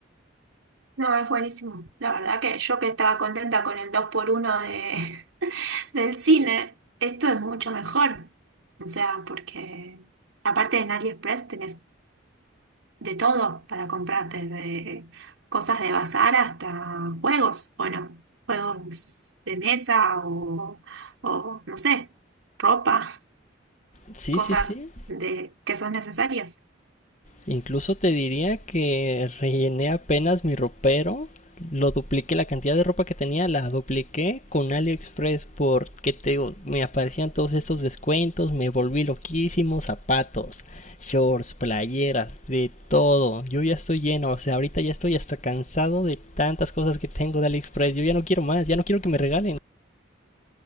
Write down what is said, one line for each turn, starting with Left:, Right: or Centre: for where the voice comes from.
Right: No, es buenísimo. La verdad que yo que estaba contenta con el dos por uno de, <laughs> del cine, esto es mucho mejor. O sea, porque aparte en AliExpress tenés de todo para comprar, desde cosas de bazar hasta juegos, bueno, juegos de mesa o, o, no sé, ropa,
Left: Sí,
Right: cosas
Left: sí, sí.
Right: de, que son necesarias.
Left: Incluso te diría que rellené apenas mi ropero, lo dupliqué, la cantidad de ropa que tenía la dupliqué con AliExpress porque te digo, me aparecían todos estos descuentos, me volví loquísimo, zapatos, shorts, playeras, de todo. Yo ya estoy lleno, o sea, ahorita ya estoy hasta cansado de tantas cosas que tengo de AliExpress, yo ya no quiero más, ya no quiero que me regalen.